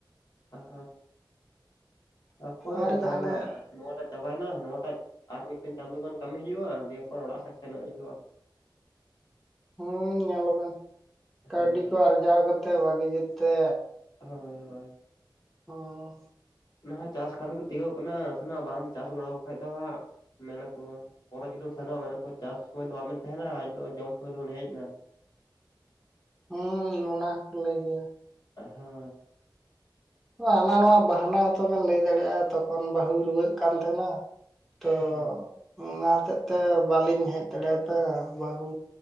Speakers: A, on the left; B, in the centre.
A: <unintelligible> ᱚᱠᱚᱭ
B: ᱟᱨ
A: ᱛᱟᱦᱚᱞᱮ
B: ᱡᱟᱦᱟᱱᱟᱜ
A: ᱱᱚᱣᱟᱴᱟᱜ ᱪᱟᱵᱟᱭᱮᱱᱟ ᱱᱚᱣᱟᱴᱟᱜ ᱟᱨ ᱢᱤᱫᱴᱮᱱ ᱪᱟᱸᱫᱳ ᱜᱟᱱ ᱠᱟᱹᱢᱤ ᱦᱩᱭᱩᱜᱼᱟ ᱫᱤᱭᱮᱯᱚᱨ ᱚᱲᱟᱜ ᱥᱮᱫ ᱥᱮᱱᱚᱜ ᱦᱩᱭᱩᱜᱼᱟ᱾
B: ᱦᱩᱸ ᱧᱮᱞ ᱵᱮᱱ ᱠᱟᱹᱣᱰᱤ
A: ᱦᱮᱸ
B: ᱠᱚ ᱟᱨᱡᱟᱣ ᱠᱟᱛᱮ ᱵᱷᱟᱜᱤ ᱡᱮᱛᱮ
A: ᱦᱳᱭ ᱦᱳᱭ
B: ᱦᱩᱸ
A: ᱚᱱᱟ ᱪᱟᱥ ᱠᱟᱹᱢᱤ ᱠᱚ ᱛᱤᱠᱟᱹᱣ ᱠᱟᱱᱟ ᱥᱮᱱᱚᱜ ᱵᱟᱢ ᱪᱟᱥ ᱜᱚᱲᱚ ᱟᱠᱚ ᱠᱷᱟᱭ ᱫᱚ ᱦᱟᱸᱜ ᱢᱮᱱᱟᱠᱚ ᱯᱚᱨᱮ ᱡᱩᱫᱤᱢ ᱥᱮᱱᱚᱜᱼᱟ ᱢᱮᱱᱟᱠᱚ ᱪᱟᱥ ᱥᱚᱢᱚᱭ ᱫᱚ ᱵᱟᱢᱵᱮᱱ ᱛᱟᱦᱮᱱᱟ ᱱᱤᱛᱚᱜ ᱡᱚᱢ ᱥᱩᱢᱚᱭ ᱫᱚᱵᱤᱱ ᱦᱮᱡ ᱮᱱᱟ
B: ᱦᱩᱸ ᱚᱱᱟ ᱦᱚᱸᱠᱚ ᱞᱟᱹᱭ ᱜᱮᱭᱟ᱾
A: <unintelligible>
B: ᱦᱟᱱᱟ ᱱᱚᱣᱟ ᱵᱟᱦᱟᱱᱟ ᱦᱚᱛᱚᱵᱮᱱ ᱞᱟᱹᱭ ᱫᱟᱲᱮᱭᱟᱜᱼᱟ ᱛᱚᱠᱷᱚᱱ ᱵᱟᱹᱦᱩᱭ ᱨᱩᱣᱟᱹᱜ ᱠᱟᱱ ᱛᱟᱦᱮᱱᱟ᱾ ᱛᱚ
A: ᱦᱳᱭ
B: ᱚᱱᱟ ᱦᱚᱛᱮᱜ ᱛᱮ ᱵᱟᱹᱞᱤᱧ ᱦᱮᱡ ᱫᱟᱲᱮᱭᱟᱫᱟ ᱵᱟᱹᱦᱩ